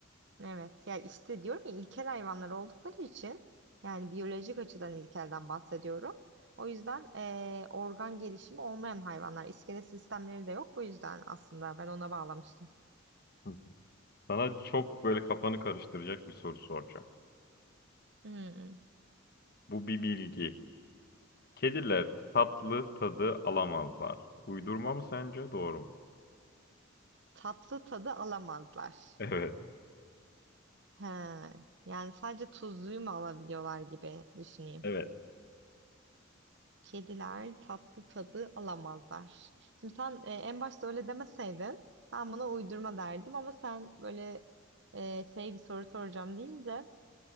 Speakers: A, on the right; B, on the left.
A: Evet ya işte diyorum ya ilkel hayvanlar oldukları için yani biyolojik açıdan ilkelden bahsediyorum. O yüzden eee, organ gelişimi olmayan hayvanlar iskelet sistemleri de yok bu yüzden aslında ben ona bağlamıştım.
B: Hı. Sana çok böyle kafanı karıştıracak bir soru soracağım.
A: Hmm.
B: Bu bir bilgi. Kediler tatlı tadı alamazlar. Uydurma mı sence? Doğru mu?
A: Tatlı tadı alamazlar.
B: Evet.
A: He. Yani sadece tuzluyu mu alabiliyorlar gibi düşüneyim.
B: Evet.
A: Kediler tatlı tadı alamazlar. Şimdi sen e, en başta öyle demeseydin ben buna uydurma derdim ama sen böyle e, şey bir soru soracağım deyince